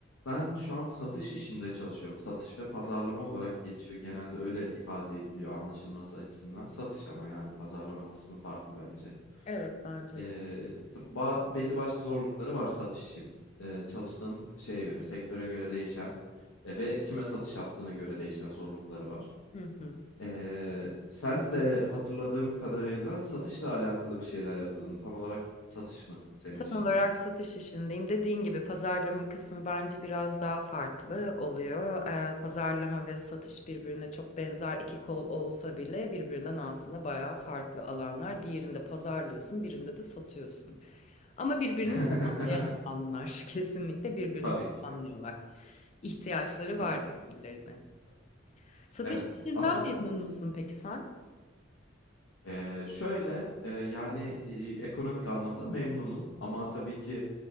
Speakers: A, on the left (about 80°); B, on the left (about 35°).
A: Ben şu an satış işinde çalışıyorum. Satış ve pazarlama olarak geçiyor. Genelde öyle ifade ediliyor anlaşılması açısından. Satış ama yani pazarlama kısmı farklı bence.
B: Evet bence
A: Ee,
B: de.
A: tabii ba- belli başlı zorlukları var satış için. Ee, çalıştığın şeye göre, sektöre göre değişen e, ve kime satış yaptığına göre değişen zorlukları var.
B: Hı hı.
A: Ee, sen de hatırladığım kadarıyla satışla alakalı bir şeyler yapıyordun. Tam olarak satış mı senin
B: Tam
A: işinde?
B: olarak satış işindeyim. Dediğin gibi pazarlama kısmı bence biraz daha farklı oluyor. Ee, pazarlama ve satış birbirine çok benzer iki kol olsa bile birbirinden aslında bayağı farklı alanlar. Diğerinde pazarlıyorsun, birinde de satıyorsun. Ama birbirini
A: <laughs>
B: tamamlayan alanlar <laughs> kesinlikle birbirini
A: Tabii ki,
B: tamamlıyorlar. İhtiyaçları var
A: tabii ki.
B: birbirlerine. Satış
A: Evet.
B: işinden
A: Aslında
B: memnun musun peki sen?
A: Ee, şöyle e, yani e, ekonomik anlamda memnunum ama tabii ki